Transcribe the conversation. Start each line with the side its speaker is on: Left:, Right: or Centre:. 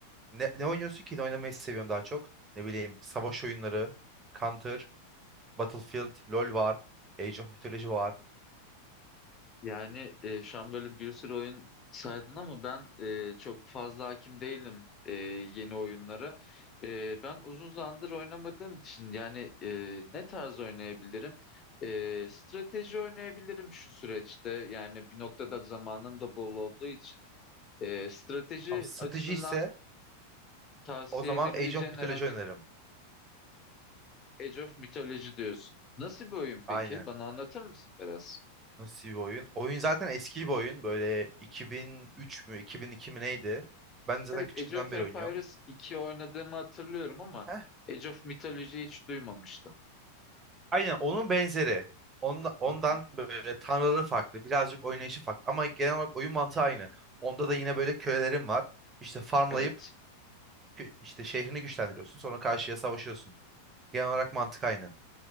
Right: Ne, ne oynuyorsun ki? Ne oynamayı seviyorsun daha çok? Ne bileyim savaş oyunları, Counter, Battlefield, LoL var, Age of Mythology var.
Left: Yani e, şu an böyle bir sürü oyun saydın ama ben e, çok fazla hakim değilim e, yeni oyunlara. E, ben uzun zamandır oynamadığım için yani e, ne tarz oynayabilirim? E, strateji oynayabilirim şu süreçte. Yani bir noktada zamanım da bol olduğu için. E, strateji
Right: Ama strateji
Left: açısından
Right: ise
Left: tavsiye
Right: o zaman
Left: edebileceğin
Right: Age of Mythology
Left: herhangi
Right: oynarım.
Left: bir Age of Mythology diyorsun. Nasıl bir oyun peki?
Right: Aynen.
Left: Bana anlatır mısın biraz?
Right: Nasıl bir oyun? Oyun zaten eski bir oyun. Böyle 2003 mü 2002 mi neydi? Ben zaten
Left: Evet
Right: küçüklüğümden
Left: Age of
Right: beri
Left: Empires
Right: oynuyorum.
Left: 2 oynadığımı hatırlıyorum ama
Right: Heh,
Left: Age of Mythology hiç duymamıştım.
Right: Aynen onun benzeri. Onda, ondan
Left: Hı hı.
Right: böyle tanrıları farklı. Birazcık oynayışı farklı. Ama genel olarak oyun mantığı aynı. Onda da yine böyle kölelerin var. İşte farmlayıp
Left: Evet
Right: kö- işte şehrini güçlendiriyorsun. Sonra karşıya savaşıyorsun. Genel olarak mantık aynı.